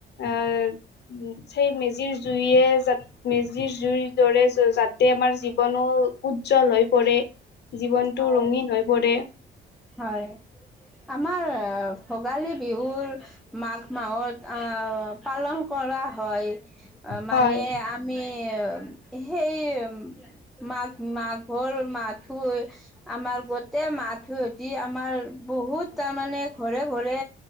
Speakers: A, on the left; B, in the centre.
A: আহ সেই মেজিৰ জুয়েৰ যাত মেজিৰ জুইৰ দৰে যাতে আমাৰ জী ৱনোৰ উজ্জ্বল হৈ পৰে, জীৱনতটো
B: হয়
A: ৰঙীন হৈ পৰে।
B: হয় আমাৰ ভোগালী বিহুৰ মাঘ মাহত আহ পালন কৰা হয়
A: হয়
B: মানে আ মিৰ সেই মাঘ মাঘৰ মাথোৰ আমাৰ গোটেই মাহটো টি আমাৰ বহুত তাৰমানে ঘৰে ঘৰে